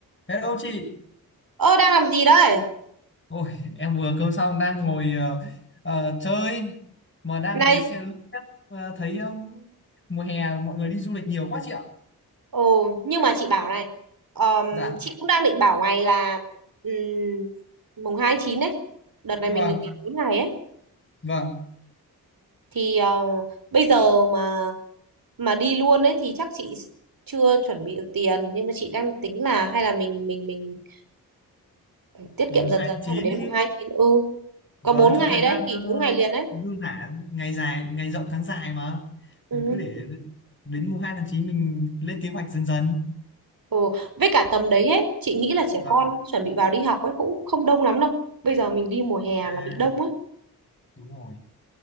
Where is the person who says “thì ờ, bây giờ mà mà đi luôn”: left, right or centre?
Right